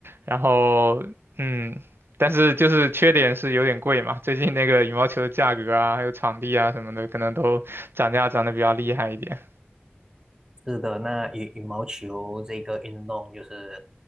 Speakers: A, on the right; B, on the right.
A: 然后，嗯，但是就是缺点是有点贵嘛，最近那个羽毛球的价格啊，还有场地啊什么的，可能都涨价涨得比较厉害一点。
B: 是的，那羽羽毛球这个运动就是，